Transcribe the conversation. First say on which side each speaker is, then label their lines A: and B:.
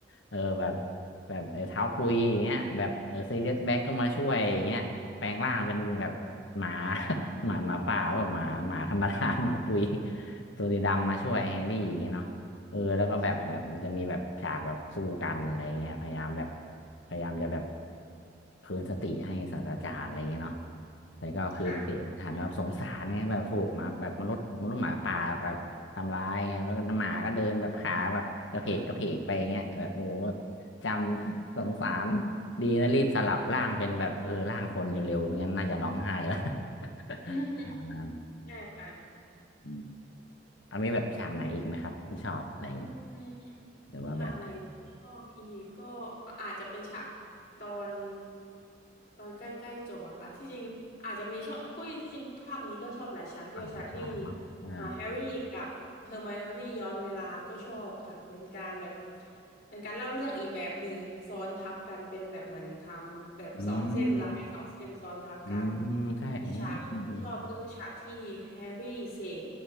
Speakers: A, on the left; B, on the left.
A: เออแบบแบบไอ้เท้าปุยอย่างเงี้ยแบบเออซีเรียสแบ็กก็มาช่วยอย่างเงี้ยแปลงร่างเป็นแบบหมา <laughs> หมาหมาป่าหรือเปล่าหมาหมาธรรมดา <laughs> หมาปุยตัวสีดำมาช่วยแฮร์รี่อย่างเงี้ยเนาะ
B: ค่ะ
A: เออแล้วก็แบบแบบมันจะมีแบบฉากแบบสู้กันอะไรเงี้ยพยายามแบบ
B: ใช่ใช่
A: พยายามจะแบบคืนสติให้ศาสตราจารย์อะไรเงี้ยเนาะแต่ก็คืนสติไม่ทันแบบสงสารไงแบบถูกหมาแบบมนุษย์มนุษย์หมาป่าแบบทำร้ายไงแล้วก็หมาก็เดินแบบขาแบบกระเพกกระเพกไปเงี้ยแบบโอ้โห
B: ค่ะ
A: จำ <laughs> สงสารดีนะรีบสลับร่างเป็นแบบเออร่างคนเร็วๆไม่งั้นน่าจะร้องไห้แล้ว
B: <laughs>
A: <laughs> อย่างนั้น
B: ใช่ค่ะ
A: อืม เอามีแบบฉากไหนอีกไหมครับที่ชอบอะไรอย่างงี้
B: อืมอืม
A: หรือว่าแบบ
B: ฉากไหนที่ชอบอีกก็อาจจะเป็นฉากตอนตอนใกล้ๆจบอะค่ะที่จริงอาจจะมีชอบคุยที่จริงภาคนี้ก็ชอบหลายฉากด้วยฉากที่
A: อ่าฉากเนาะอ่า
B: อ่าแฮร์รี่กับเฮอร์ไมโอนี่ย้อนเวลาก็ชอบค่ะเป็นการแบบเป็นการเล่าเรื่องอีกแบบหนึ่งซ้อนทับกันเป็นแบบเหมือนทำแบบสองเส้นลายสองเส้นซ้อนทับกัน
A: อืมอืมใช่โอ้อืม
B: อีกฉากหนึ่งที่ชอบก็คือฉากที่แฮร์รี่เสก